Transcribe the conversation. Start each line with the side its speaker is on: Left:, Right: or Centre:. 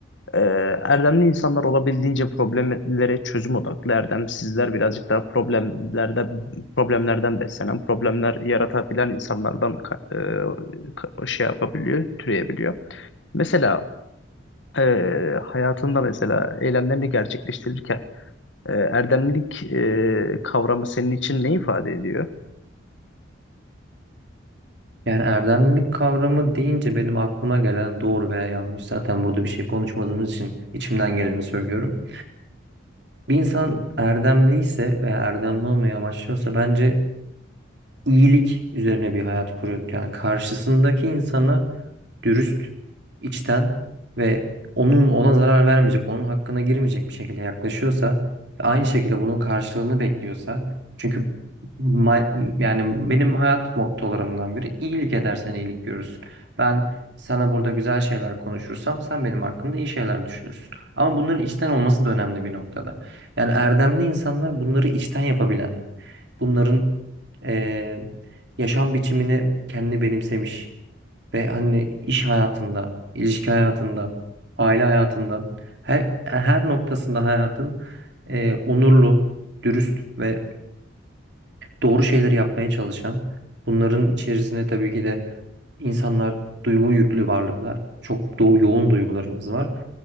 Left: Ee, erdemli insanlar olabildiğince problemlere çözüm odaklı. Erdemsizler birazcık daha problemlerde problemlerden beslenen, problemler yaratabilen insanlardan ka- e, ka- şey yapabiliyor, türeyebiliyor. Mesela e, hayatında mesela eylemlerini gerçekleştirirken e, erdemlilik e, kavramı senin için ne ifade ediyor?
Right: Yani erdemlilik kavramı deyince benim aklıma gelen doğru veya yanlış zaten burada bir şey konuşmadığımız için içimden geleni söylüyorum. Bir insan erdemli ise veya erdemli olmayı amaçlıyorsa bence iyilik üzerine bir hayat kuruyorduk. Yani karşısındaki insana dürüst, içten ve onun ona zarar vermeyecek, onun hakkına girmeyecek bir şekilde yaklaşıyorsa ve aynı şekilde bunun karşılığını bekliyorsa çünkü ma- yani benim hayat mottolarımdan biri iyilik edersen iyilik görürsün. Ben sana burada güzel şeyler konuşursam sen benim hakkımda iyi şeyler düşünürsün. Ama bunların içten olması da önemli bir noktada. Yani erdemli insanlar bunları içten yapabilen, bunların e, yaşam biçimini kendine benimsemiş ve hani iş hayatında, ilişki hayatında, aile hayatında her her noktasında hayatın e, onurlu, dürüst ve doğru şeyleri yapmaya çalışan, bunların içerisinde tabii ki de insanlar duygu yüklü varlıklar. Çok do yoğun duygularımız var.